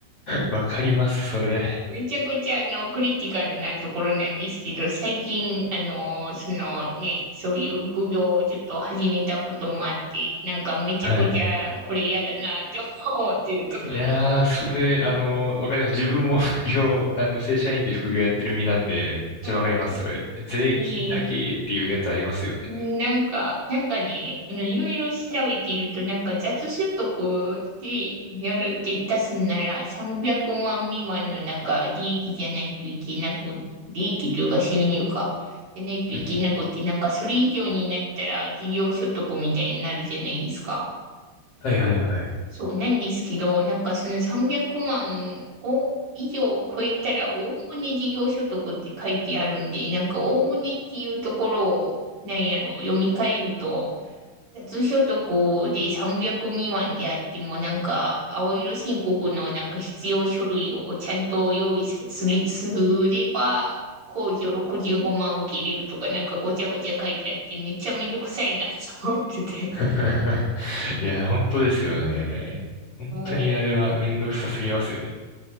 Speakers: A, on the left; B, on the right.
A: わかります、それ。
B: めちゃくちゃあのクリティカルなところなんですけど、最近、あの、そのね、そういう副業をちょっと始めたこともあって、なんかめちゃくちゃこれ嫌だなって思ってるところ。
A: はい。いやー、それ、あの、わかります。自分も副業、あの、正社員で副業やってる身なんで、めっちゃわかります、
B: はい。
A: それ。税金高えっていうやつありますよね。
B: ねえなんか、なんかね、あの、いろいろ調べていると、なんか雑所得でやる、で出すなら300万未満のなんか利益じゃないといけなく、利益というか収入か、じゃないといけなくて、
A: うん
B: なんかそれ以上になったら事業所得みたいになるじゃないですか。
A: はいはいはい。
B: そうなんですけど、なんかその300万を以上超えたら、おおむね事業所得って書いてあるんで、なんかおおむねっていうところを、なんやろ、読み替えると、雑所得で300未満であっても、なんか青色申告のなんか必要書類をちゃんと用意さする、すれば、控除65万受けれるとか、なんかごちゃごちゃ書いてあって、めっちゃめんどくさいなと思ってて。
A: <laughs> いや、本当ですよね。本当にあれはめんどくさすぎますよね。
B: <laughs> も